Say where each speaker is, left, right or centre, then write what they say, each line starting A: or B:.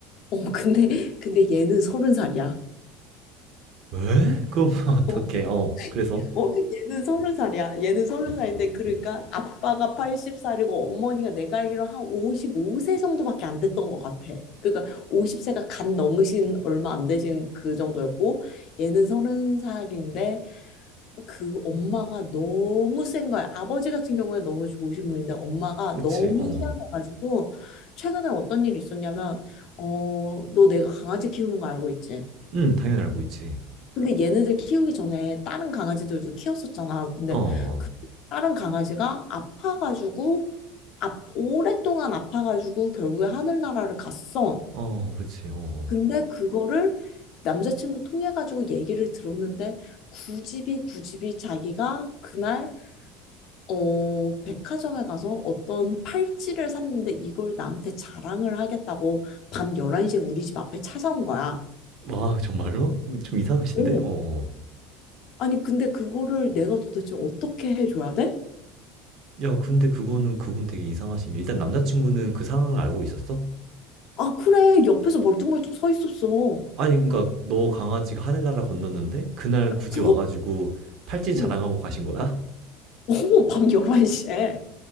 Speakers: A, on the left; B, on the right.
A: 어, 근데, 근데 얘는 서른 살이야.
B: 왜? 그럼 <laughs> 어떡해.
A: 어,
B: 어, 그래서?
A: 어, 얘는 서른 살이야. 얘는 서른 살인데, 그러니까 아빠가 80살이고 어머니가 내가 알기로 한 55세 정도밖에 안 됐던 것 같아. 그러니까 50세가 갓 넘으신 얼마 안 되신 그 정도였고, 얘는 서른 살인데, 그 엄마가 너무 센 거야. 아버지 같은 경우에 너무 좋으신 분인데, 엄마가
B: 그치,
A: 너무
B: 어.
A: 희한해가지고, 최근에 어떤 일이 있었냐면, 어, 너 내가 강아지 키우는 거 알고 있지?
B: 응, 당연히 알고 있지.
A: 근데 얘네들 키우기 전에 다른 강아지들도 키웠었잖아. 근데
B: 어, 어,
A: 그 다른 강아지가 아파가지고 아, 오랫동안 아파가지고 결국에 하늘나라를 갔어.
B: 어, 어, 그치, 어, 어.
A: 근데 그거를 남자친구 통해가지고 얘기를 들었는데 굳이 굳이 자기가 그날 어, 백화점에 가서 어떤 팔찌를 샀는데 이걸 나한테 자랑을 하겠다고 밤 11시에 우리 집 앞에 찾아온 거야.
B: 와, 정말로? 좀 이상하신데?
A: 오,
B: 어, 어.
A: 아니, 근데 그거를 내가 도대체 어떻게 해줘야 돼?
B: 야, 근데 그거는 그분 되게 이상하신 게 일단 남자친구는 그 상황을 알고 있었어?
A: 아, 그래. 옆에서 멀뚱멀뚱 서 있었어.
B: 아니, 그러니까 너 강아지가 하늘나라 건넜는데 그날 굳이
A: 그것도,
B: 와가지고 팔찌
A: 어,
B: 자랑하고 가신 거야?
A: <laughs> 어, 밤 11시에.